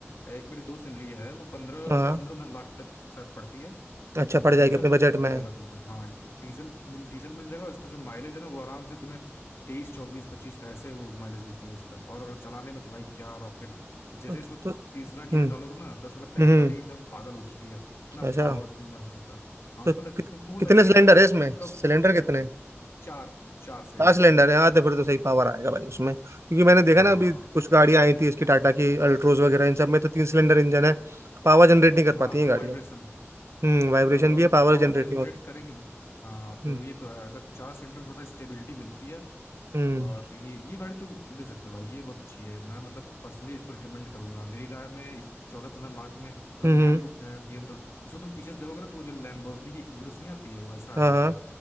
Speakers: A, on the left; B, on the right.
A: एक मेरे दोस्त ने ली है वो पंद्रह
B: हाँ हाँ
A: पंद्रह लाख तक शायद पड़ती है
B: अच्छा
A: उसमें
B: पड़ जाएगी
A: डीजल
B: अपने बजट
A: मिल
B: में
A: जाएगा तुमको हाँ डीजल मिल डीजल मिल जाएगा और इसका जो माइलेज है ना वो आराम से तुम्हें तेईस चौबीस पच्चीस का ऐसे वो माइलेज देती है इसका और चलाने में तो भाई क्या रॉकेट जैसे
B: तो
A: इसमें
B: तो,
A: तीसरा गियर
B: हम्म
A: डालोगे ना तो ऐसा लगता है
B: हम्म
A: कि गाड़ी एकदम पागल हो चुकी है इतना
B: अच्छा
A: पावर उसमें महसूस होता है हाँ
B: तो
A: उसमें लग,
B: कित-
A: तुम, तुमको
B: कितने
A: लगेगा
B: सिलेंडर
A: ये नहीं कि
B: है
A: यार
B: इसमें
A: तुम कब
B: सिलेंडर कितने
A: चार चार सिलेंडर
B: हाँ सिलेंडर है हाँ तो फिर तो सही पावर आएगा भाई उसमें क्योंकि मैंने देखा
A: हाँ
B: ना अभी कुछ गाड़ियां आई थी इसकी टाटा की अल्ट्रोज वगैरह इन सब में तो तीन सिलेंडर इंजन है पावर जनरेट नहीं कर
A: हाँ
B: पाती है
A: थोड़ा
B: गाड़ियाँ
A: वाइब्रेशन
B: हम्म वाइब्रेशन
A: और
B: भी है
A: अगर
B: पावर
A: पावर
B: जनरेट
A: जनरेट
B: नहीं होती
A: करेंगे हाँ तो
B: हम्म
A: ये तो है अगर चार सिलेंडर में थोड़ा स्टेबिलिटी मिलती है
B: हम्म
A: और तो ये ये गाड़ी तुम ले सकते हो भाई ये बहुत अच्छी है मैं मतलब पर्सनली इसको रिकमेंड करूंगा मेरी राय में इस चौदह पंद्रह लाख में मतलब
B: हम्म
A: नया
B: हम्म,
A: लुक है BMW इसको तुम पीछे से देखोगे ना तो वो जो लैम्बोर्गिनी की उरस नहीं आती है वो ऐसा
B: हाँ
A: लुक
B: हाँ
A: है